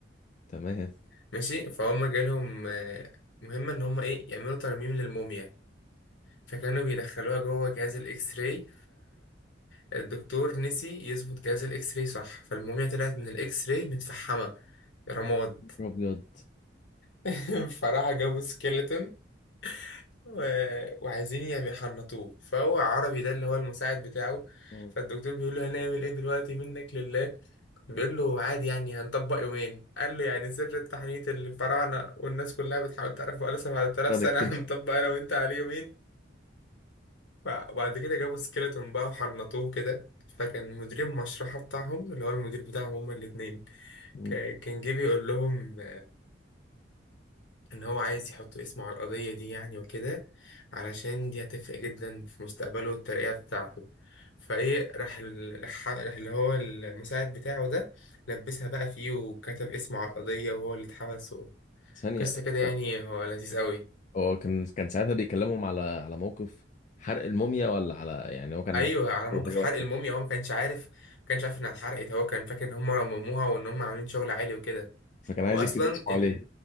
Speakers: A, on the left; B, on the left.
A: تمام
B: ماشي فهم جالهم آه، مهمة ان هم ايه يعملوا ترميم للموميا فكانوا بيدخلوها جوه جهاز الاكس راي فالدكتور نسي يظبط جهاز الاكس راي صح فالموميا طلعت من الاكس راي متفحمة رماد
A: ابيض
B: <laughs> فراح جابوا سكيلتون و- وعايزين يعني يحنطوه فهو عربي ده اللي هو المساعد بتاعه
A: اه
B: فالدكتور بيقول له هنعمل ايه دلوقتي منك لله بيقول له عادي يعني هنطبق يومين قال له يعني سر التحنيط اللي الفراعنة والناس كلها بتحاول تعرفه بقاله 7000
A: انا
B: سنة
A: اكتشف
B: <laughs> هنطبق انا وانت عليه يومين ف- وبعد كده جابوا سكيلتون بقى وحنطوه كده فكان مدير المشرحة بتاعهم اللي هو المدير بتاعهم هما الاتنين
A: مم.
B: ك- كان جه بيقول لهم ان هو عايز يحط اسمه على القضية دي يعني وكده علشان دي هتفرق جدا في مستقبله والترقية بتاعته فايه راح ال... راح راح اللي هو المساعد بتاعه ده لبسها بقى فيه وكتب اسمه على القضية وهو اللي اتحبس و...
A: ثانيه
B: قصة كده يعني
A: لا،
B: هو لذيذ قوي
A: هو كان كان ساعتها بيكلمهم على على موقف حرق الموميا ولا على يعني هو كان
B: ايوه
A: حرق
B: على موقف
A: حاجه
B: حرق الموميا هو ما كانش عارف ما كانش عارف انها اتحرقت هو كان فاكر ان هم رمموها وان هم عاملين شغل عالي وكده
A: فكان عايز
B: واصلا
A: يكتب اسمه
B: ال...
A: عليه